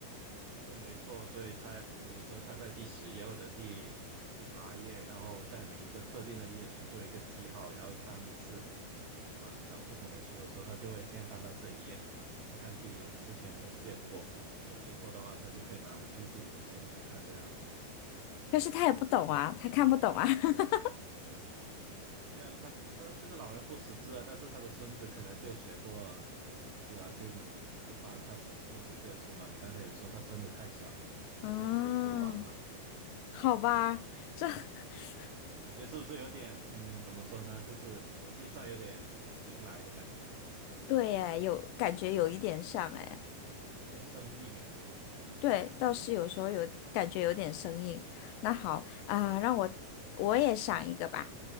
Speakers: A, on the right; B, on the left.
A: 对，没错，所以他比如说他在第十页或者第第八页，然后在每一个特定的页数做一个记号，然后他每次去图书馆找不同的书的时候，他就会先翻到这一页，看看自己有之前有没有借过，没有借过的话，他就可以拿回去自己的孙子看这样子。
B: 但是他也不懂啊，他看不懂啊。<laughs>
A: 对啊，他他这个老人不识字啊，但是他的孙子可能就学过就识字啊，就就帮他孙子借书嘛。你刚才也说他孙子太小，
B: 嗯，
A: 不会去图书馆嘛。
B: 好吧，这 <laughs>
A: 感觉是不是有点，嗯，怎么说呢？就是逻辑上有点硬来的感觉，
B: 对哎，有感觉有一点像哎，
A: 有点生硬啊。
B: 对，倒是有时候有感觉有点生硬。那好啊，让我我也想一个吧。